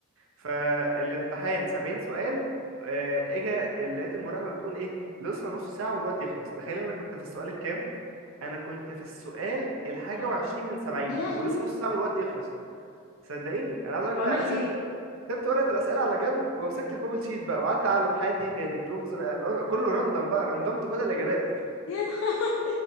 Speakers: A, on the right; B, on the left.
A: فالامتحان 70 سؤال آه، اجا لقيت المراقبه بتقول ايه لسه نص ساعه والوقت يخلص تخيل انا كنت في السؤال الكام انا كنت في السؤال الحاجه
B: اه
A: وعشرين من 70
B: يا لهوي
A: ولسه نص ساعه والوقت يخلص صدقيني انا عايز اقول
B: طب
A: لك
B: عملت
A: بقى انا سبت
B: ايه
A: سبت ورقة الأسئلة على جنب ومسكت البابل شيت بقى وقعدت أعلم حادي بادي كرومز بقى بقى- كله راندم بقى راندمت كل الإجابات
B: <laughs>